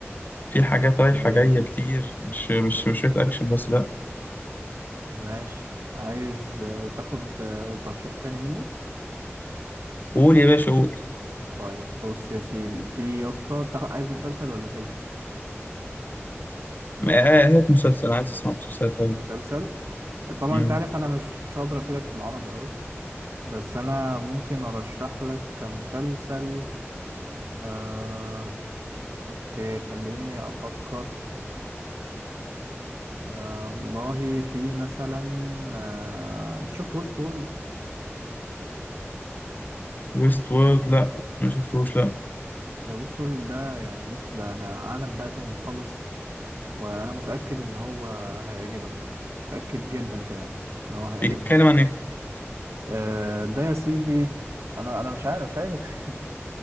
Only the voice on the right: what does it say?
اوكي
ماشي عايز آه، تاخد آه، ترشيح تاني مني
طيب بص يا سيدي في يا اسطى تاخ- عايز مسلسل ولا فيلم
مسلسل آه، طبعا
انت عارف انا مش مش هقدر افيدك في العربي قوي بس انا ممكن ارشح لك مسلسل آه... اوكي خليني افكر آه... والله في مثلا آه... انت شفت ويست وورلد
ده ويست وورلد ده يعني بص ده ده عالم بقى تاني خالص وانا متاكد ان هو هيعجبك متاكد جدا كمان ان هو هيعجبك
آه، ده يا سيدي انا انا مش عارف مش عايز <laughs>